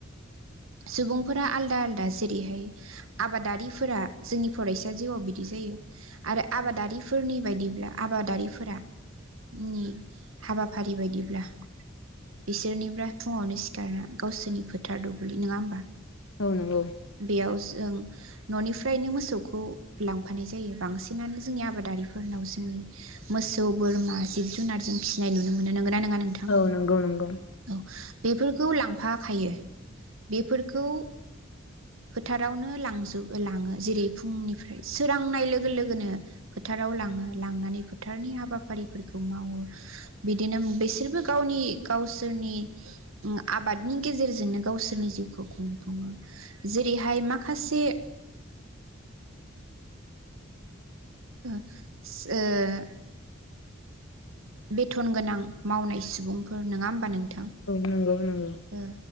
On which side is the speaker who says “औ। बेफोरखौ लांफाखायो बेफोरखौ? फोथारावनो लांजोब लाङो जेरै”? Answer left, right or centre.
Right